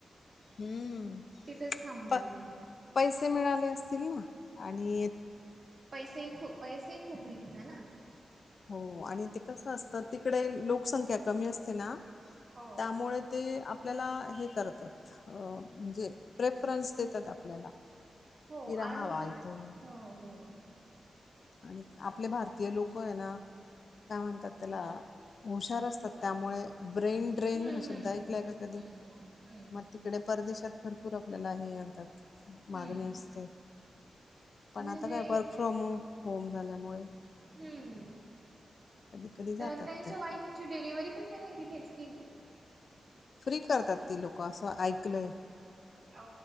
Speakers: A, on the left; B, on the right.
A: हम्म,
B: तिथेच थांबले
A: प
B: ते मग
A: पैसे मिळाले असतील ना आणि..
B: पैसेही खूप पैसेही खूप भेटतात ना.
A: हो आणि ते कसं असतं तिकडे लोकसंख्या कमी असते ना.
B: हो
A: त्यामुळे तेआ... आपल्याला हे करतात म्हणजे प्रेफरन्स देतात आपल्याला.
B: हो
A: कि राहावा
B: आणि
A: इथं
B: हो हो.
A: आणि आपले भारतीय लोक आहे ना. काय म्हणतात त्याला हुशार असतात त्यामुळे ब्रेन.. ट्रेन
B: हम्म
A: हा शब्द
B: हम्म
A: ऐकलाय का कधी
B: हम्म हम्म
A: मग तिकडे परदेशात. भरपूर आपल्याला हे येतात मागणी
B: हम्म
A: असते. पण
B: म्हणजे
A: आता काय वर्क फ्रॉम होम झाल्यामुळे.
B: हम्म
A: कधी कधी जातात
B: तर त्यांच्या
A: ते
B: वाईफ. ची डिलिव्हरी पण त्यांनी तिथेच केली.
A: फ्री करतात ती लोकं असं ऐकलय मी.
B: अ